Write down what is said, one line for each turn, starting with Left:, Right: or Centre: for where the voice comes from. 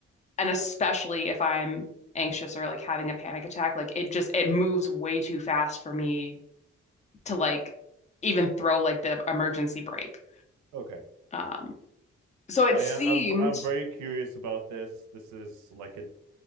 Left: and especially if I'm anxious or like having a panic attack, like it just it moves way too fast for me to like even throw like the emergency brake.
Right: okay.
Left: Um so it
Right: I,
Left: seemed
Right: I'm, I'm very curious about this. This is like a,